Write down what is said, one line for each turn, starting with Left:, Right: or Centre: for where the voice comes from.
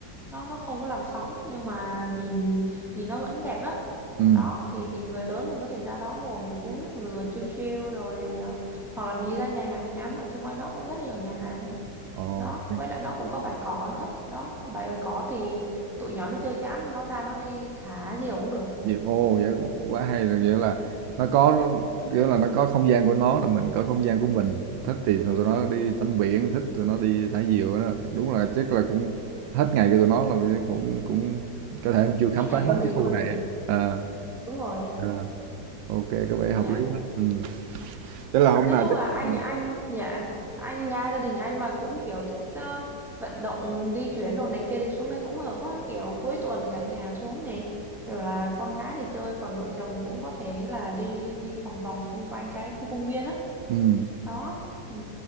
Centre: nó nó không có làm sóng nhưng mà nhìn nhìn nó vẫn đẹp lắm
Right: Ừm,
Centre: đó thì thì người lớn mình có thể ra đó ngồi mình uống nước dừa chill chill rồi à, hoặc là mình đi ra nhà hàng mình ăn ở xung quanh đó cũng rất là nhiều nhà hàng
Right: ồ,
Centre: đó
Right: dịp
Centre: với lại nó cũng có bài có nữa đó bài bài có thì tụi nhỏ nó chơi chán nó ra nó đi thả gì cũng được
Right: dịp ô, vậy quá quá hay, là, kiểu là, nó có kiểu là, nó có không gian của nó rồi mình có không gian của mình, thích thì tụi nó đi tắm biển, thích tụi nó đi thả diều đó. Đúng là chắc là cũng hết ngày của tụi nó là mình cũng cũng có thể chưa khám
Centre: cái ngành
Right: phá
Centre: của
Right: hết
Centre: mình
Right: cái khu
Centre: luôn
Right: này à, Ờ,
Centre: đúng rồi
Right: ờ, ô kê, có vẻ
Centre: dạ
Right: hợp lý quá. Ừm. Thế là hôm
Centre: nói
Right: nào
Centre: chung
Right: chắc
Centre: là anh
Right: ừm.
Centre: anh dạ anh nha gia đình anh mà cũng kiểu thích ờ, vận động di chuyển đồ này kia thì xuống đây cũng hợp quá kiểu cuối tuần cả nhà xuống này rồi là con cái thì chơi còn vợ chồng thì cũng có thể là đi đi vòng vòng xung quanh cái khu công viên á
Right: Ừm.
Centre: đó, đó. Ừ.